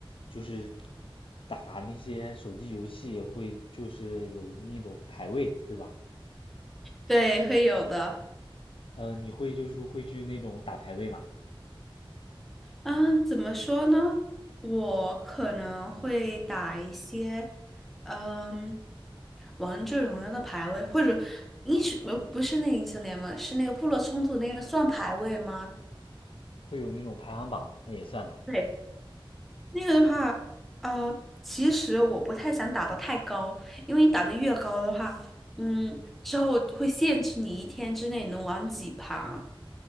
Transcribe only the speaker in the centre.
对，会有的。
嗯，怎么说呢？我可能会打一些，嗯，王者荣耀的排位，或者英雄，呃不是那个英雄联盟，是那个部落冲突那个算排位吗？
对，那个的话，呃，其实我不太想打的太高，因为你打的越高的话，嗯，之后会限制你一天之内能玩几盘。